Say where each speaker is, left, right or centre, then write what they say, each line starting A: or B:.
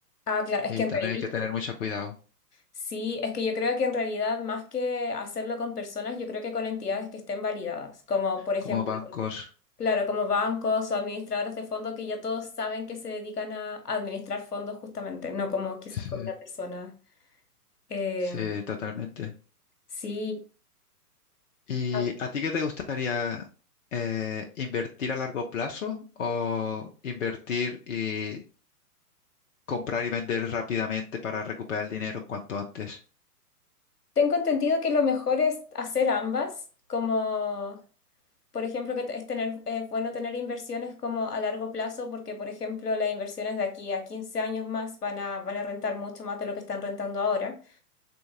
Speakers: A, on the left; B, on the left.
A: Ah, claro, es
B: Y
A: que en
B: también
A: realidad,
B: hay que tener mucho cuidado,
A: sí, es que yo creo que en realidad más que hacerlo con personas, yo creo que con entidades que estén validadas, como por ejemplo,
B: como bancos.
A: claro, como bancos o administradores de fondos que ya todos saben que se dedican a administrar fondos justamente, no como quizás
B: Sí,
A: con una persona. Eh,
B: sí, totalmente.
A: sí,
B: ¿Y
A: Ah,
B: a ti qué te gustaría eh, invertir a largo plazo o invertir y comprar y vender rápidamente para recuperar el dinero cuanto antes?
A: tengo entendido que lo mejor es hacer ambas, como por ejemplo, que es tener, es bueno tener inversiones como a largo plazo, porque, por ejemplo, las inversiones de aquí a 15 años más van a, van a rentar mucho más de lo que están rentando ahora.